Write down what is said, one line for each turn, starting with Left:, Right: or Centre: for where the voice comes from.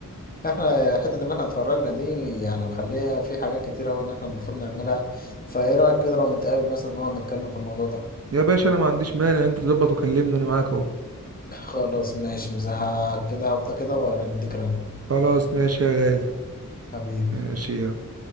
Left: احنا حتة ان احنا اتخرجنا دي يعني مخليها في حاجات كتيرة اوي ان احنا المفروض نعملها فايه رأيك كده لو نتقابل مثلا نقعد نتكلم في الموضوع ده
Right: يا باشا انا ما عنديش مانع انت تظبط وكلمني انا معاك اهو
Left: خلاص ماشي مش ه- كده هفضل كده وارن ذكرى
Right: خلاص ماشي يا غالي
Left: حبيبي
Right: ماشي
Left: حبيبي
Right: يلا